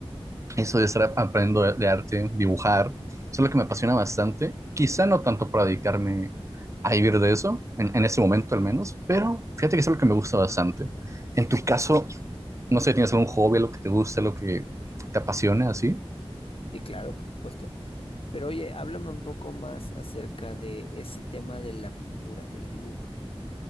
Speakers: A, on the right; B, on the left.
A: Eso de estar aprendiendo de, de arte, dibujar, eso es lo que me apasiona bastante. Quizá no tanto para dedicarme a vivir de eso, en, en este momento al menos, pero fíjate que eso es lo que me gusta bastante. En tu caso, no sé, ¿tienes algún hobby, lo que te guste, lo que te apasione así?
B: Sí, claro, por supuesto. Pero oye, háblame un poco más acerca de ese tema de la pintura, del dibujo.